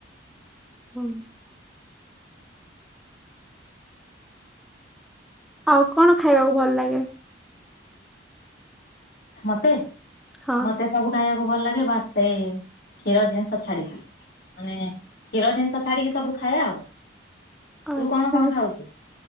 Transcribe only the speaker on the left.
ମତେ
ମତେ ସବୁ ଖାଇବାକୁ ଭଲ ଲାଗେ ବାସ୍ ସେଇ- କ୍ଷୀର ଜିନିଷ ଛାଡ଼ିକି। ମାନେ କ୍ଷୀର ଜିନିଷ ଛାଡ଼ିକି ସବୁ ଖାଏ ଆଉ। ତୁ
କଣ କଣ ଖାଉଛୁ?